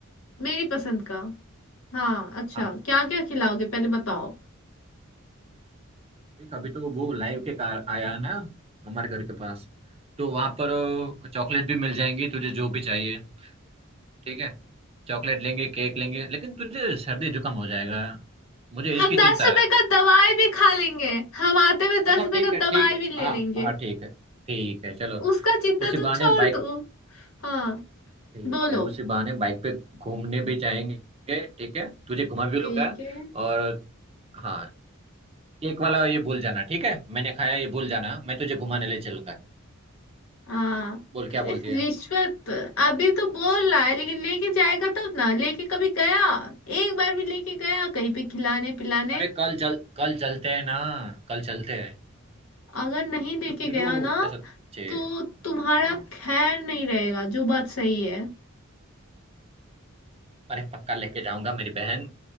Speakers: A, on the left; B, on the right.
A: मेरी पसंद का हाँ अच्छा
B: हाँ
A: क्या क्या खिलाओगे पहले बताओ
B: देख अभी तो वो लाइव के कार आया है ना हमारे घर के पास तो वहां पर चॉकलेट भी मिल जाएंगी तुझे जो भी चाहिए ठीक है चॉकलेट लेंगे केक लेंगे लेकिन तुझे सर्दी जुकाम हो जाएगा मुझे इसकी
A: हम दस
B: चिंता
A: रुपए
B: है
A: का दवाई भी खा लेंगे हम आते हुए दस
B: अच्छा
A: रुपए
B: ठीक
A: का
B: है
A: दवाई
B: ठीक है
A: भी ले
B: हाँ
A: लेंगे
B: हाँ ठीक है ठीक है चलो
A: उसका चिंता
B: उसी
A: तुम
B: बहाने
A: छोड़
B: बाइक
A: दो हाँ
B: ठीक
A: बोलो
B: है उसी बहाने बाइक पे घूमने भी जाएंगे ठीक है तुझे घुमा भी
A: ठीक
B: लूंगा
A: है
B: और हाँ केक वाला ये भूल जाना ठीक है मैंने खाया ये भूल जाना मैं तुझे घुमाने ले चलूंगा
A: हाँ
B: बोल क्या
A: तो
B: बोलती
A: इस रिश्वत
B: है
A: अभी तो बोल रहा है लेकिन लेके जाएगा तब ना लेके कभी गया एक बार भी लेके गया कहीं पे खिलाने पिलाने
B: अरे कल चल कल चलते हैं ना कल चलते हैं
A: अगर नहीं लेके
B: तो क्यों
A: गया ना
B: ऐसा छे
A: तो तुम्हारा
B: हाँ
A: खैर नहीं रहेगा जो बात सही है
B: अरे पक्का लेके जाऊंगा मेरी बहन